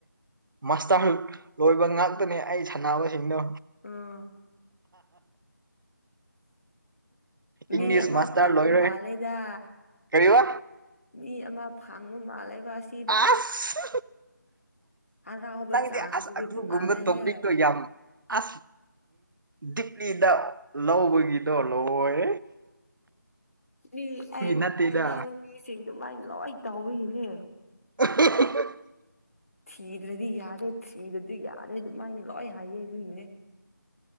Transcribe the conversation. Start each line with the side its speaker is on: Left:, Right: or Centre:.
Right: ꯃꯥꯁꯇꯔ ꯂꯣꯏꯕ ꯉꯥꯛꯇꯅꯦ ꯑꯩ ꯁꯥꯟꯅꯕꯁꯤꯡꯗꯣ
Left: ꯎꯝ ꯃꯤ
Right: ꯏꯪꯂꯤꯁ
Left: ꯑꯃ
Right: ꯃꯥꯁꯇꯔ
Left: ꯐꯪꯉꯨ
Right: ꯂꯣꯏꯔꯦ
Left: ꯃꯥꯜꯂꯦꯗ
Right: ꯀꯔꯤꯕ
Left: ꯃꯤ ꯑꯃ ꯐꯪꯕ ꯃꯥꯜꯂꯦꯕ ꯑꯁꯤ
Right: ꯑꯁ
Left: ꯍꯔꯥꯎꯕ
Right: ꯅꯪꯗꯤ
Left: ꯆꯥꯡꯁꯤꯗꯤ
Right: ꯑꯁ ꯑꯗꯨꯒꯨꯝꯕ
Left: ꯇꯣꯡꯉꯥꯜꯂꯦꯍꯦ
Right: ꯇꯣꯄꯤꯛꯇꯣ ꯌꯥꯝ ꯑꯁ ꯗꯤꯛꯂꯤꯗ ꯂꯧꯕꯒꯤꯗꯣ ꯂꯣꯏ
Left: ꯃꯤ ꯑꯩ
Right: ꯅꯠꯇꯦꯗ
Left: ꯈꯪꯅꯕ ꯃꯤꯁꯤꯡ ꯑꯗꯨꯃꯥꯏꯅ ꯂꯣꯏ ꯇꯥꯎꯋꯅꯦ
Right: <inaudible>
Left: ꯊꯤꯗ꯭ꯔꯗꯤ ꯌꯥꯔꯦ ꯊꯤꯗꯗꯤ ꯌꯥꯔꯦ ꯑꯗꯨꯃꯥꯏꯅ ꯂꯣꯏ ꯍꯥꯏꯌꯦ ꯑꯗꯨꯒꯤꯅꯦ